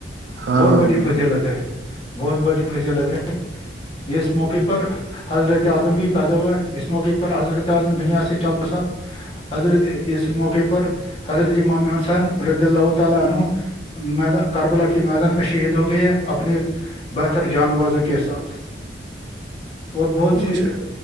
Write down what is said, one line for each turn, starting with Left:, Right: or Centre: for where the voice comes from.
Right: ہاں
Left: بہت
Right: ہاں
Left: بڑی
Right: بالکل
Left: فضیلت ہے بہت بڑی فضیلت ہے اس موقع پر حضرت اعدم بھی پیدا ہوا ہے اس موقع پر حضرعادم دنیا سے چل بسا حضرت اس موقع پر حضرتی مامی حسن ردی اللہ تعالی عن مید کربلا کی میدان میں شہید ہو گئی ہے اپنی بہتر جان بازو کے ساتھ اور بہت سی
Right: اچھا